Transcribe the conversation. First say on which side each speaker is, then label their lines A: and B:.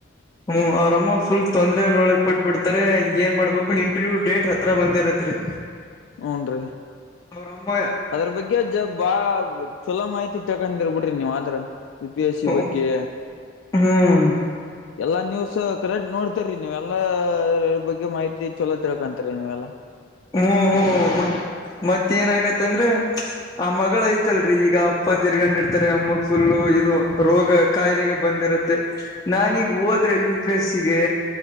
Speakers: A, on the left; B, on the left.
A: ಹ್ಮ ಅವ್ರಮ್ಮ ಫುಲ್ ತೊಂದ್ರಲ್ ಒಳಗ್ ಪಟ್ಟ ಬಿಡ್ತಾರೆ ಏನ್ ಮಾಡ್ಬೇಕು ಇಂಟರ್ವ್ಯೂ ಡೇಟ್ ಹತ್ರ ಬಂದಿರತ್ರಿ
B: ಹಊನ್ ರೀ
A: ಅವರಮ್ಮ
B: ಅದ್ರ ಬಗ್ಗೆ ಜ ಬಾ ಚಲೋ ಮಾಹಿತಿ ತಕೊಂಡಿರ್ಬಿಡ್ರಿ ನೀವ ಆದ್ರ ಪ ಪಿ ಎಸ್ ಸಿ
A: ಹ್ಮ್
B: ಬಗ್ಗೆ
A: ಹ್ಮ್
B: ಎಲ್ಲಾ ನ್ಯೂಸ್ ಕರೆಕ್ಟ್ ನೋಡ್ತರಿ ನೀವ ಎಲ್ಲಾ ಬಗ್ಗೆ ಮಾಹಿತಿ ಚಲೋ ತಿಳ್ಕೊಂತರಿ ನೀವೆಲ್ಲಾ
A: ಹ್ಮ್ ಹ್ಮ್ ಮತ್ತ ಏನ ಆಗತ್ತಂದ್ರೆ ಆ ಮಗಳ ಐತಲ್ರಿ ಈಗ ಅಪ್ಪ ತಿರ್ಗೊಂಡಿರ್ತಾರೆ ಅಮ್ಮಕ್ ಫುಲ್ಲು ಇದು ರೋಗ ಕಾಯಿಲೆಗೆ ಬಂದಿರುತ್ತೆ ನಾನೀಗ ಹೋದ್ರೆ ಯು ಪಿ ಎಸ್ಸಿಗೆ